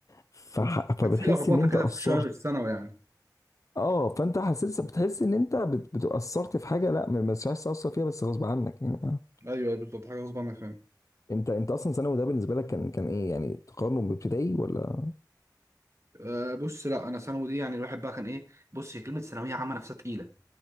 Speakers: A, on the left (about 50°); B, on the right (about 40°).
A: فح... فبتحس
B: كانت في لخبطه
A: ان انت
B: كده
A: قصرت
B: في شويه في الثانوي يعني
A: اه فانت حسيت بتحس ان انت بت- بتأثرت في حاجه لا ما مش عايز تأثر فيها بس غصب عنك يعني آه.
B: ايوه أيوة، بالظبط حاجه غصب عنك فاهم
A: انت انت اصلا ثانوي ده بالنسبه لك كان كان ايه يعني تقارنه بابتدائي ولا
B: أه بص لا انا ثانوي دي يعني الواحد بقى كان ايه بص هي كلمه ثانويه عامه نفسها تقيله